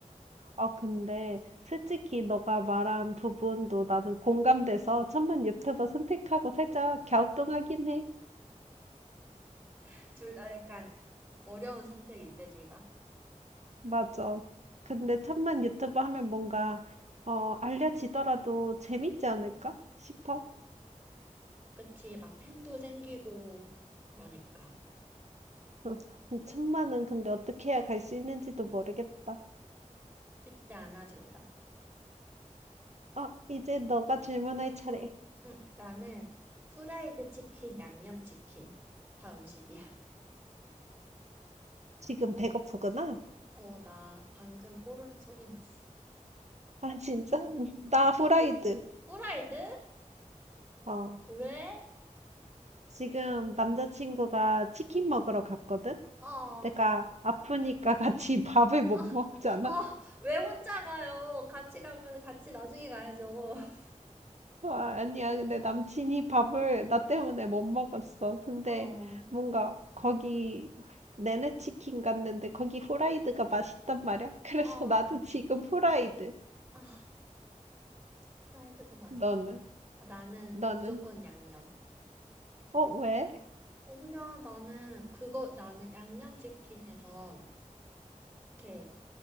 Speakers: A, on the right; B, on the right.
A: 어, 근데 솔직히 너가 말한 부분도 나는 공감돼서 천만 유튜버 선택하고 살짝 갸우뚱하긴 해.
B: <laughs> 둘 다 약간 어려운 선택인데, 둘 다.
A: 맞아. 근데 천만 유튜브 하면 뭔가 어 알려지더라도 재밌지 않을까 싶어.
B: 그치, 막 팬도 생기고, 그러니까.
A: <laughs> 천만은 근데 어떻게 해야 갈 수 있는지도 모르겠다.
B: 쉽지 않아, 둘 다.
A: 아, 이제 너가 질문할 차례.
B: 응, 나는 후라이드 치킨, 양념 치킨. 다 음식이야.
A: 지금 배고프구나?
B: 어, 나 방금 꼬르륵 소리 났어.
A: 아, 진짜? <laughs> 나 후라이드.
B: 후라이드?
A: 어.
B: 왜?
A: 지금 남자친구가 치킨 먹으러 갔거든?
B: 아,
A: 내가 아프니까 같이 <laughs> 밥을 못
B: 아,
A: 먹잖아.
B: 아, 왜 혼자 가요? 같이 가면 같이 나중에 가야죠. <laughs>
A: 와, 아니야. 근데 남친이 밥을 나 때문에 못 먹었어. 근데
B: 어,
A: 뭔가 거기 내내 치킨 갔는데 거기 후라이드가 맛있단 말이야. <laughs>
B: 어,
A: 그래서 나도 지금 후라이드.
B: 아, 프라이드 더 맛있긴
A: 너는?
B: 해. 아, 나는
A: 너는?
B: 무조건 양념.
A: 어, 왜?
B: 어, 그냥 나는 그거, 나는 양념치킨에서 이렇게